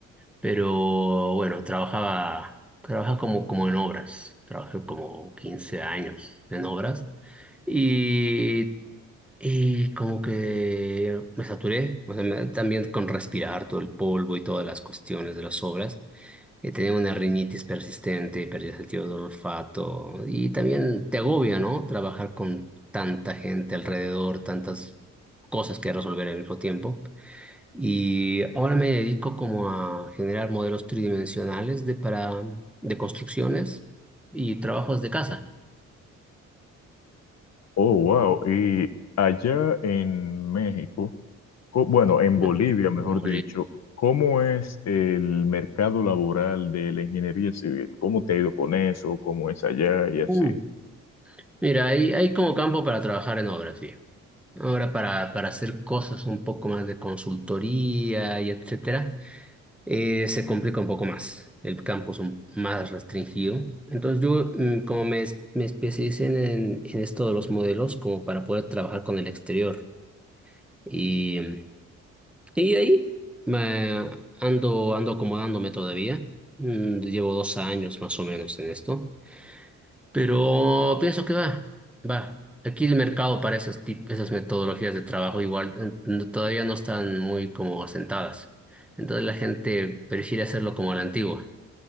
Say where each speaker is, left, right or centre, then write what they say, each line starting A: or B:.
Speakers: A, in the centre; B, on the left.
A: pero bueno, trabajaba, trabajaba como, como en obras. Trabajé como 15 años en obras y, y como que me saturé, o sea, me- también con respirar todo el polvo y todas las cuestiones de las obras. que te dé una rinitis persistente, pérdida del sentido del olfato y también te agobia, ¿no? Trabajar con tanta gente alrededor, tantas cosas que resolver al mismo tiempo. Y ahora me dedico como a generar modelos tridimensionales de para de construcciones y trabajos de casa,
B: Oh, wow, y allá en México, co- bueno, en
A: ¿no?
B: Bolivia,
A: Como
B: mejor dicho, ¿cómo es el mercado laboral de la ingeniería civil? ¿Cómo te ha ido con eso? ¿Cómo es allá y así?
A: Mm. Mira, hay, hay como campo para trabajar en obras, sí. Ahora para, para hacer cosas un poco más de consultoría y etcétera. eh, se complica un poco más. El campo es un- más restringido. Entonces yo, mm, como me, es- me especialicé en, en esto de los modelos, como para poder trabajar con el exterior. Y, mm, y ahí me ando, ando acomodándome todavía. Mm, Llevo dos años más o menos en esto. Pero pienso que va, va. Aquí el mercado para esas, tip- esas metodologías de trabajo igual eh, no- todavía no están muy como asentadas. Entonces la gente prefiere hacerlo como a la antigua.